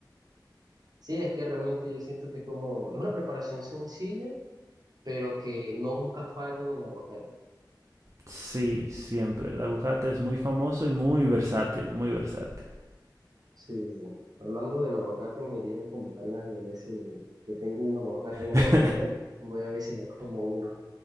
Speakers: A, on the right (about 60°); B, on the right (about 40°).
A: Sí, es que realmente yo siento que es como, es una preparación sencilla pero que nunca fallen el aguacate.
B: Sí, siempre. El aguacate es muy famoso y muy versátil, muy versátil.
A: Sí, hablando del aguacate me dieron como ganas de ver si me, que tengo un aguacate en la
B: <laughs>
A: nevera y voy a ver si me como uno.